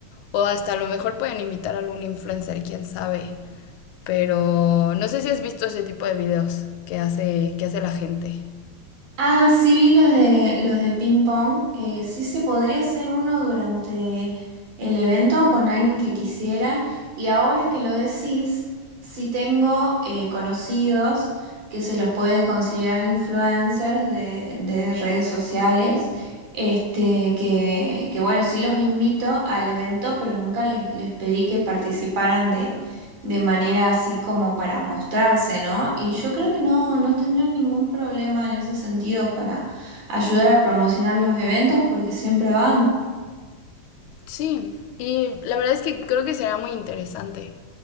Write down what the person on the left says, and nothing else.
o hasta a lo mejor pueden invitar a algún influencer, quién sabe. Pero no sé si has visto ese tipo de videos que hace, que hace la gente.
Sí, y la verdad es que creo que será muy interesante.